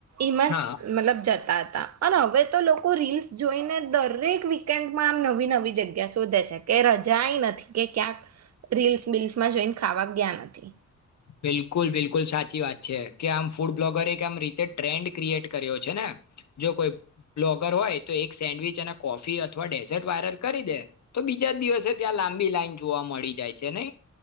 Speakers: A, on the right; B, on the left.
A: ઇમજ
B: હા
A: મતલબ જતાત હવે, તો લોકો રીલ્સ જોઈને દરેક વીકેન્ડમાં આમ નવી નવી જગ્યા શોધે છે કે રજા નથી કે ક્યાંક રીલ્સ-બીલ્સમાં જોઈને ખાવા ગયા નથી.
B: બિલકુલ, બિલકુલ સાચી વાત છે કે આમ ફૂડ બ્લોગર આમ રીતે ટ્રેન્ડ ક્રિએટ કર્યો છે ને. જો કોઈ બ્લોગર હોય તો એક સેન્ડવીચ, અને કોફી અથવા ડેઝર્ટ વાયરલ કરી દે તો બીજા દિવસે ત્યાં લાંબી લાઈન જોવા મળી જાય છે, નઈ?